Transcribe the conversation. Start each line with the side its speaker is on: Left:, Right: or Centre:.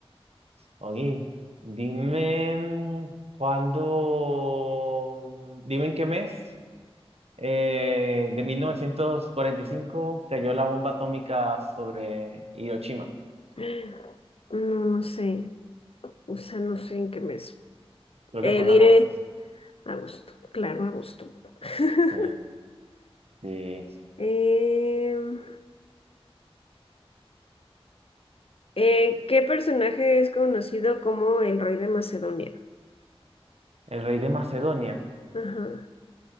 Right: Oye, dime mm, cuándo. Dime en qué mes. eh, de 1945 cayó la bomba atómica sobre Hiroshima.
Left: <gasps> no, no sé, o sea, no sé en qué mes.
Right: Creo
Left: Eh,
Right: que fue
Left: diré
Right: en agosto.
Left: agosto, claro, agosto. <laughs>
Right: Sí, sí.
Left: Em, eh, ¿qué personaje es conocido como el rey de Macedonia?
Right: El rey de Macedonia.
Left: Ajá.